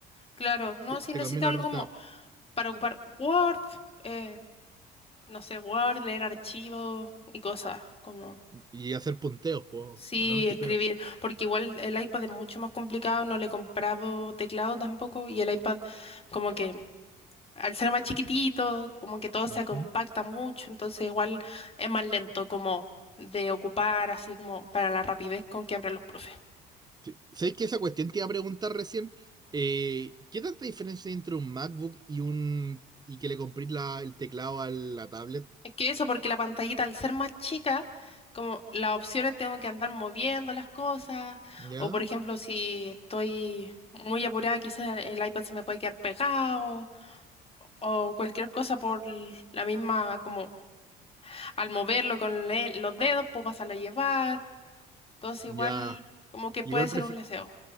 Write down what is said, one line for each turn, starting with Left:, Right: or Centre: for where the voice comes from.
Left: Claro, no,
Right: Te, te
Left: si necesito
Right: conviene
Left: algo
Right: ahorrar esta-
Left: mo- para ocupar Word, eh, no sé, Word, leer archivos y cosas, como
Right: y hacer punteos po,
Left: sí,
Right: o no, tipeo.
Left: escribir, porque igual el iPad es mucho más complicado, no le he comprado teclado tampoco y el iPad como que al ser más chiquitito, como que todo se
Right: Ujú.
Left: compacta mucho, entonces igual es más lento como de ocupar, así como para la rapidez con que abren los profes.
Right: Sí. ¿Sabes que esa cuestión te iba a preguntar recién? Eh, ¿qué tanta diferencia hay entre un MacBook y un y que le compré la, el teclado a la tablet?
Left: Es que eso, porque la pantallita al ser más chica, como las opciones tengo que andar moviendo las cosas,
Right: ¿Ya?
Left: o por ejemplo, si estoy muy apurada, quizás el iPad se me puede quedar pegado, o cualquier cosa por l- la misma, como al moverlo con le- los dedos, puedo pasarlo a llevar, entonces igual
Right: Ya.
Left: como que puede
Right: Igual
Left: ser
Right: prefer-
Left: un leseo.